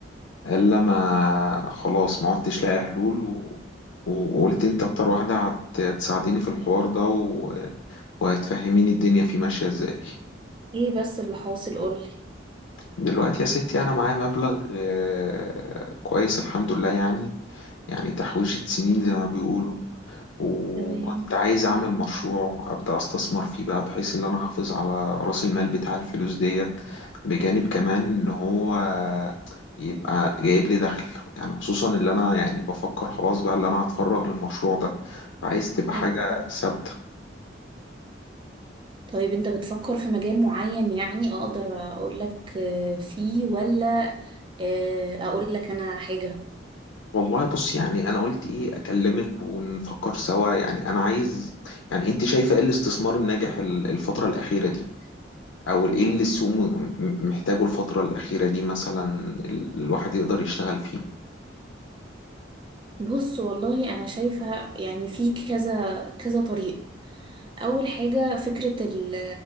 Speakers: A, on the left; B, on the right.
A: إلا ما خلاص ما عدتش لاقي حلول و... وقلت انت أكتر واحدة هت- هتساعديني في الحوار ده و... وهتفهميني الدنيا فيه ماشية ازاي
B: لله ايه بس اللي حاصل قولي
A: دلوقتي يا ستي أنا معايا مبلغ آه، كويس الحمد لله يعني يعني تحويشة سنين زي ما بيقولوا وكنت
B: تمام
A: عايز أعمل مشروع أبدأ أستثمر فيه بقى بحيث إن أنا أحافظ على رأس المال بتاع الفلوس ديت بجانب كمان إن هو يبقى جايب لي دخل يعني خصوصا اللي أنا يعني بفكر خلاص بقى اللي أنا هتفرغ للمشروع ده فعايز تبقى حاجة
B: أهو.
A: ثابتة
B: طيب انت بتفكر في مجال معين يعني اقدر اقول لك آه، فيه ولا آه، اقول لك انا حاجة
A: والله بص يعني أنا قلت إيه أكلمك ونفكر سوا يعني أنا عايز يعني أنت شايفة إيه الاستثمار الناجح ال- الفترة الأخيرة دي او ايه اللي السوق م- م- محتاجه الفترة الأخيرة دي مثلا ال- الواحد يقدر يشتغل فيه
B: بص والله انا شايفة يعني في كذا كذا طريق أول حاجة فكرة ال-